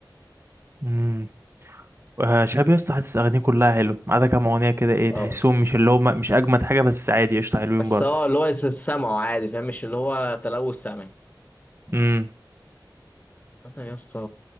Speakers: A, on the right (about 30°); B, on the left (about 20°).
A: امم آه شهاب يا اسطى حاسس اغانيه كلها حلوه ما عدا كام اغنية كده ايه
B: اه
A: تحسهم مش اللي هم مش اجمد حاجة بس عادي قشطة حلوين
B: بس
A: برضو
B: هو اللي هو سمعه عادي فاهم مش اللي هو تلوث سمعي
A: امم
B: مثلا يا اسطى